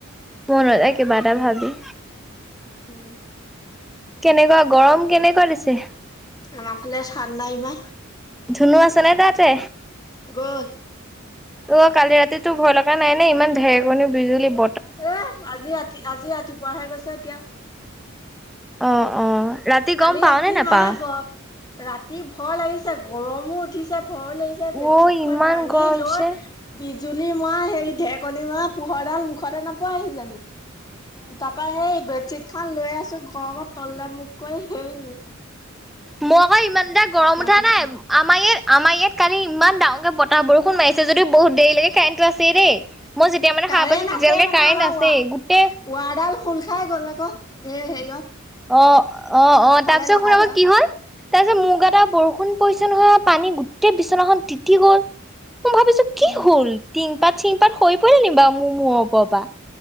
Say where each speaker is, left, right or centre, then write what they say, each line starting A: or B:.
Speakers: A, in the centre; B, on the left.
A: মনতে
B: উম
A: কিবা এটা ভাবি।
B: উম।
A: কেনেকুৱা গৰম কেনেকুৱা দিছে।
B: আমাৰ ফালে চান্দা ইমান।
A: ধুনু আছে নাই তাতে।
B: গ'ল।
A: অ' কালি ৰাতি তোৰ ভয় লগা নাই নে ইমান ঢেৰকনী, বিুজুলী।
B: এ আজি ৰাতি আজি ৰাতিপুৱাহে গৈছে কিয়।
A: অ' অ'। ৰাতি
B: কালি
A: গম
B: ৰাতি
A: পাও নে নাপাও
B: মানে ৰাতি ভয় লাগিছে, গৰমো উঠিছে। ভয় লাগিছে, বেডশ্বীট
A: অ ইমান
B: খন দাঙি
A: গৰম
B: লৈ
A: দিছে
B: বি বিজুলি মৰা হেৰি ঢেৰকণী মৰা পোহৰ ডাল মুখতে নপয়েহি জানো। তাৰপা হেই বেডশ্বিট খন লৈ আছো গৰমত তললে মোখ কৈ হেই।
A: মই আকৌ ইমান এটা গৰম উঠা
B: কৃষ্ণ
A: নাই, আমাৰ ইয়াত আমাৰ ইয়াত কালি ইমান ডাঙৰকে বতাহ বৰষুণ মাৰিছে যদিওঁ বহুত দেৰিলৈকে কাৰেণ্টটো আছেই দেই। মই যেতিয়া মানে
B: কাৰেণ্ট
A: সাৰ পাইছো তেতিয়ালৈকে
B: আছে মানে
A: কাৰেণ্ট
B: আমাৰ
A: আছেই
B: ৱৰ
A: গোটেই
B: ৱাৰডাল খোল খাই গ'ল আকৌ হেৰিয়ত।
A: অ' অ'
B: আগফালে
A: অ' তাৰপিছত
B: লগাই
A: শুন অ'ক
B: থোৱা
A: কি হ'ল। তাৰপিছত মোৰ গাত আহ বৰষুণ পৰিছে নহয় পানী গোটেই বিচনাখন তিতি গ'ল। মই ভাবিছো কি
B: উম
A: হ'ল টিংপাত চিংপাত খৰি পৰিলনি বা মোৰ মূৰৰ ওপৰৰ পৰা।